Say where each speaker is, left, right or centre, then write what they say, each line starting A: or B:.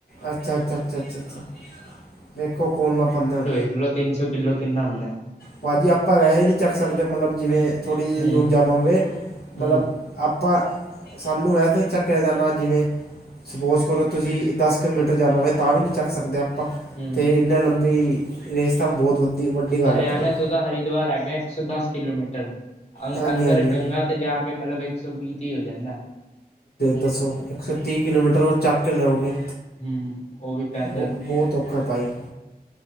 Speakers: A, on the left; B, on the left.
A: ਅੱਛਾ -ਅੱਛਾ- ਅੱਛਾ- ਅੱਛਾ- ਅੱਛਾ ਵੇਖੋ ਕੋਣ ਲੈ ਪਾਂਦਾ।
B: ਦੇਖਲੋ ਤਿੰਨ ਸੌ ਕਿੱਲੋ ਕਿੰਨਾ ਹੁੰਦਾ।
A: ਭਾਅ ਜੀ ਆਪਾਂ ਵੈਸੇ ਨਹੀਂ ਚੱਕ ਸਕਦੇ ਮਤਲਬ ਜਿਵੇ ਥੋੜ੍ਹੀ ਜਿਹੀ
B: ਹੂੰ
A: ਦੂਰ ਜਾਣਾਵੇ ਮਤਲਬ
B: ਹੂੰ
A: ਆਪਾਂ ਸਾਨੂੰ ਵੈਸੇ ਚੱਕਿਆ ਜਾਂਦਾ ਜਿਵੇਂ ਸਪੋਜ਼ ਕਰੋ ਤੁਸੀਂ ਦਸ ਕਿਲੋਮੀਟਰ ਜਾਣਾ ਹੋਵੇ ਤਾਂ ਵੀ ਨਹੀਂ ਚੱਕ ਸਕਦੇ ਆਪਾਂ
B: ਹੂੰ
A: ਅਤੇ ਇੰਨਾ ਲੰਬੀ ਰੇਸ ਤਾਂ ਬਹੁਤ ਵੱਧੀ ਵੱਡੀ ਗੱਲ ਹੈ।
B: ਚ
A: ਭਾਜੀ
B: ਹਰਿਦਵਾਰ ਆ ਗਿਆ ਇੱਕ ਸੌ ਦਸ ਕਿਲੋਮੀਟਰ
A: ਹਾਂਜੀ
B: ਅੰਦਰ
A: ਹਾਂਜੀ
B: ਗੰਗਾ ਤੇ ਜਾ ਕੇ ਮਤਲਬ ਇੱਕ ਸੌ ਵੀਹ ਤੇ ਹੋ ਜਾਂਦਾ
A: ਦੱਸੋ ਇੱਕ ਸੌ ਤੀਹ ਕਿਲੋਮੀਟਰ ਉਹ ਚੱਕ ਕੇ ਲਓਗੇ
B: ਹਮ ਉਹ ਵੀ ਪੈਦਲ
A: ਬਹੁ ਬਹੁਤ ਔਖਾ ਭਾਈ